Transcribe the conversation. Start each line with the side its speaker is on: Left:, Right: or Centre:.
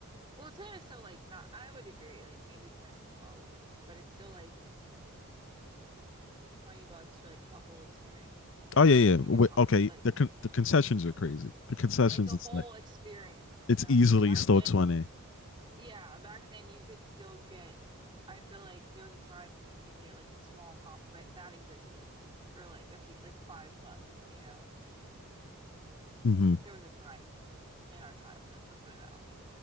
Right: Well, 10 is still like not, I would agree, like maybe 10, 12, but it's still like 20 bucks for like a whole experience, you
Left: Oh
Right: know,
Left: yeah, yeah.
Right: if you
Left: Wait,
Right: get popcorn,
Left: okay,
Right: like
Left: the con- the concessions are crazy. The concessions,
Right: like the
Left: it's
Right: whole
Left: like
Right: experience, you
Left: it's
Right: know
Left: easily
Right: what I mean? Back
Left: still
Right: then,
Left: 20
Right: yeah, back then you could still get, I feel like there was a time when you can get like a small pop that that existed for like a few like five bucks, you know.
Left: Mm-hmm.
Right: There was a time in our childhood, let's put it that